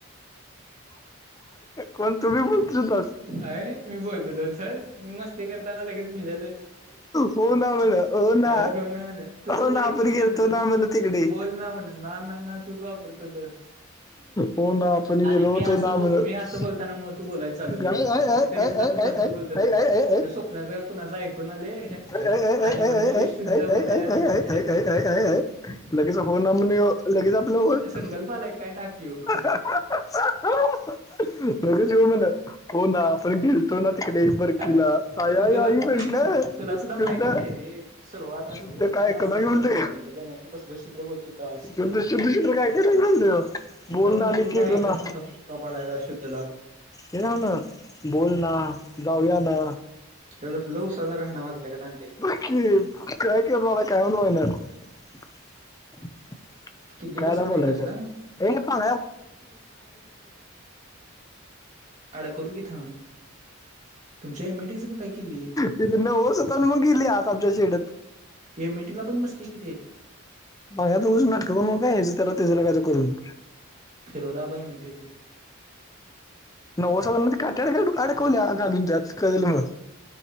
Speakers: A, on the left; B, on the right.
A: कोण तु भी बोलतोस <unintelligible>
B: अय मी बोलतो त सर मी मस्ती करताना लगेच भिलेले.
A: हो ना म्हण
B: अरे
A: हो ना
B: हो ना हो ना तू ओवर
A: ना आपण
B: ऍक्टिंग
A: गेलतो
B: करते तस
A: ना म्हण तिकडे
B: बोल ना म्हणा. ना ना ना तुझ त
A: हो ना आपण गेलो
B: आणि
A: होतो
B: मी अस
A: ना म्हणत
B: ब मी असं बोलताना म त बोलायच चालू केलीस
A: काय आहे
B: बा
A: आहे
B: नाही तरी
A: आहे
B: सुद्धा
A: आहे
B: तस
A: आहे
B: बोलतात
A: आहे आहे
B: त्या स्वप्नाचं का कुणाचं ऐकून आले.
A: आय आय आय
B: आणि
A: आय
B: म्हण हे
A: आय आय
B: शुद्ध
A: आय
B: बोलायला
A: आय
B: लागतंय
A: आय आय आय आय आय आय आय आय लगेच हो ना म्हणे लगेच आपलं ओल
B: संकल्पा आलाय काय टाकी यु.
A: <unintelligible> लगेच ये म्हणाव. हो ना आपण गेलतो ना तिकडे बरकीला
B: अ
A: आय
B: ते
A: आय
B: तुला
A: आई म्हणलं
B: ते तुला सुद्धा माहितच
A: शुद्धा
B: आहे रे सुरुवात असली
A: शुद्ध काय
B: मी असलं
A: कलं घे म्हणते
B: बोलायला चालू केलं नाही तू कसलं शुद्ध बोलत होतास
A: शुद्ध शुद्ध शुद्ध काय क <unintelligible>
B: शुद्ध
A: बोल
B: म्हणजे
A: ना आणि
B: तू
A: गेलो
B: काय ऐकत
A: ना.
B: नव्हतास बुक्का पाडायला शुद्धला
A: हे नाव ना बोल ना जाऊया ना.
B: एवढ लूसा जागा आहे ना वाजल्या का तांडली.
A: <unintelligible>
B: किल्ली
A: कायदा
B: बसत नाही
A: बोलायचं.
B: का याला
A: <unintelligible>
B: अडकवतो की थांब तुमच्या एम ई डी च कुठ ये किल्ली.
A: ति होसता मग गेली आत आमच्या शेडेत.
B: एम ये टी ला पण बसते कि रे.
A: भया दोघजण नाटक करू नको काय ह्याजं त्याला त्याच्याला कां करून.
B: फिरोलाबाई मिटीचं.
A: नव्व साधार म काट्याड अडकवल्या घालून त्यात कळल मग.